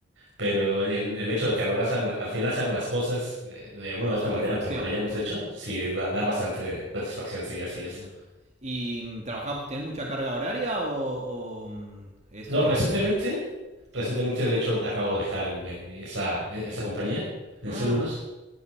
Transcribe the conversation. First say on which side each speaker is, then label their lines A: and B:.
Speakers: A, on the right; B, on the right.
A: Pero el, el hecho de que a lo largo se hagan- al final se hagan las cosas eh, de una
B: La
A: u otra
B: satisfacción.
A: manera como la hayamos hecho, sí da, da bastante satisfacción, sí,
B: Satisfacción.
A: así es.
B: ¿Y trabajamos, tenés mucha carga horaria o, o, mm, eso
A: No, recientemente,
B: ocurre?
A: recientemente
B: Sí.
A: de hecho acabo de dejar el- el- esa, e, esa compañía de
B: Ah,
A: seguros